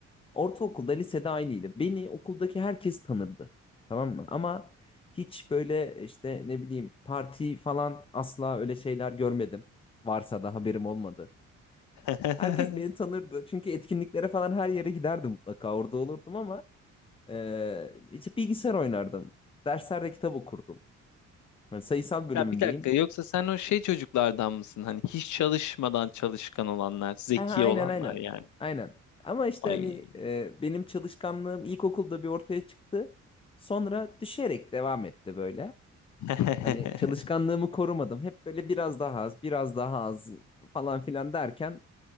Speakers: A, on the left (about 20°); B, on the left (about 70°).
A: Ortaokulda, lisede aynıydı. Beni okuldaki herkes tanırdı. Tamam mı? Ama hiç böyle işte ne bileyim parti falan asla öyle şeyler görmedim. Varsa da haberim olmadı.
B: <laughs>
A: Herkes beni tanırdı. Çünkü etkinliklere falan her yere giderdim mutlaka. Orada olurdum ama eee işte bilgisayar oynardım. Derslerde kitap okurdum. Yani sayısal bölümündeyim.
B: Ya bir dakika yoksa sen o şey çocuklardan mısın? Hani hiç çalışmadan çalışkan olanlar, zeki
A: Aha, aynen
B: olanlar
A: aynen.
B: yani.
A: Aynen. Ama işte
B: Ay.
A: hani eee, benim çalışkanlığım ilkokulda bir ortaya çıktı. Sonra düşerek devam etti böyle.
B: <laughs>
A: Hani çalışkanlığımı korumadım. Hep böyle biraz daha az, biraz daha az falan filan derken